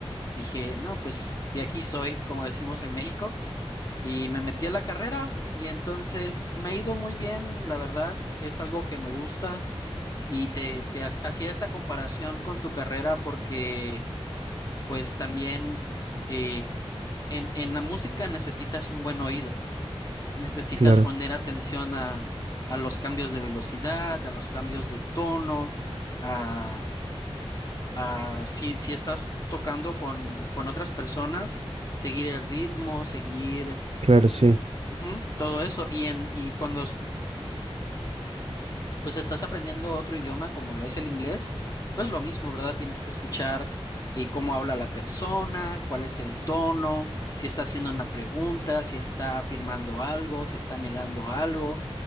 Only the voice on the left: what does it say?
dije, no, pues de aquí soy, como decimos en México, y me metí a la carrera y entonces me ha ido muy bien, la verdad, es algo que me gusta, y te, te ha- hacía esta comparación con tu carrera porque, pues también eh, en, en la música necesitas un buen oído, necesitas
poner atención a, a los cambios de velocidad, a los cambios de tono, a, a si, si estás tocando con, con otras personas, seguir el ritmo, seguir
ujú, todo eso. Y, en, y cuando pues estás aprendiendo otro idioma como lo es el inglés, pues lo mismo, ¿verdad? Tienes que escuchar eh, cómo habla la persona, cuál es el tono, si está haciendo una pregunta, si está afirmando algo, si está negando algo,